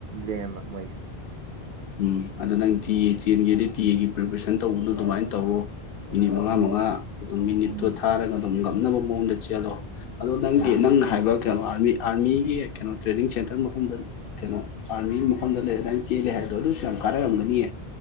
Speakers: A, on the right; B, on the left.
A: ꯂ‌ꯦꯝꯕ ꯃꯣꯏꯁ
B: ꯎꯝ ꯑꯗꯨ ꯅꯪ ꯇꯤꯑꯦ ꯆꯦꯟꯒꯦꯗꯤ ꯇꯤꯑꯦꯒꯤ ꯄ꯭ꯔꯤꯄꯦꯔꯦꯁꯟ ꯇꯧꯕꯗ‌ꯣ ꯑꯗꯨꯃꯥꯏꯅ ꯇꯧꯋ‌ꯣ ꯃꯤꯅꯤꯠ ꯃꯉꯥ
A: ꯎꯝ
B: ꯃꯉꯥ ꯑꯗꯨꯝ ꯃꯤꯅꯤꯠꯇꯨ
A: ꯎꯝ
B: ꯊꯥꯔꯒ ꯑꯗꯨꯝ ꯉꯝꯅꯕ ꯃꯑꯣꯡꯗ ꯆꯦꯜꯂꯣ ꯑꯗꯣ ꯅꯪꯒꯤ
A: ꯎꯝ
B: ꯅꯪꯅ ꯍꯥꯏꯕ ꯀꯩꯅꯣ ꯑꯥꯔꯃꯤ ꯑꯥꯔꯃꯤꯒꯤ ꯀꯩꯅꯣ ꯇ꯭ꯔꯦꯅꯤꯡ ꯁꯦꯟꯇꯔ ꯃꯐꯝꯗ ꯀꯩꯅꯣ ꯑꯥꯔꯃꯤꯒꯤ ꯃꯐꯝꯗ ꯂꯩꯔ ꯑꯗꯥꯏ ꯆꯦꯜꯂꯦ ꯍꯥꯏꯕꯗꯣ ꯑꯗꯨꯁꯨ ꯌꯥꯝ ꯀꯥꯟꯅꯔꯝꯒꯅꯤꯑ‌ꯦ